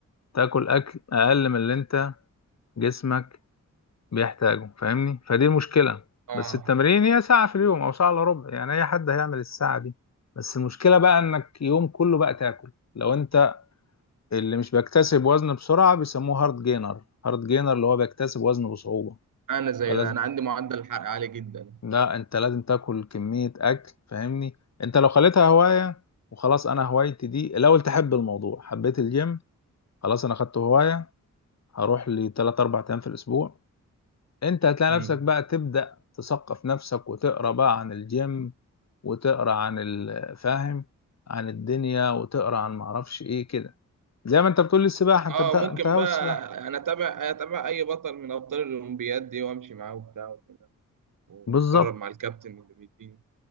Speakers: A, on the left; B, on the right.
A: تاكل اكل اقل من اللي انت جسمك بيحتاجوا فاهمني فدي المشكلة
B: اه
A: بس التمرين هي ساعة في اليوم أو ساعة إلا ربع يعني أي حد هيعمل الساعة دي بس المشكلة بقى إنك يوم كله بقى تاكل لو أنت اللي مش بيكتسب وزن بسرعة بيسموه هارد جينر هارد جينر اللي هو بيكتسب وزن بصعوبة
B: انا زي
A: فلازم
B: ده انا عندي معدل الحرق عالي جدا
A: لا أنت لازم تاكل كمية أكل فاهمني أنت لو خليتها هواية وخلاص أنا هوايتي دي الأول تحب الموضوع حبيت الجيم خلاص أنا خدته هواية هروح لي 3 4 أيام في الأسبوع انت هتلاقي
B: مم.
A: نفسك بقى تبدأ تثقف نفسك وتقرا بقى عن الجيم وتقرا عن الفاهم عن الدنيا وتقرا عن معرفش ايه كده زي ما انت بتقول لي السباحة انت
B: اه
A: بتا...
B: ممكن
A: انت هاوي
B: بقى
A: السباحة
B: انا اتابع اتابع اي بطل من ابطال الاولمبياد دي وامشي معاه وبتاع وكده واتدرب
A: بالظبط
B: مع الكابتن واللي بيديني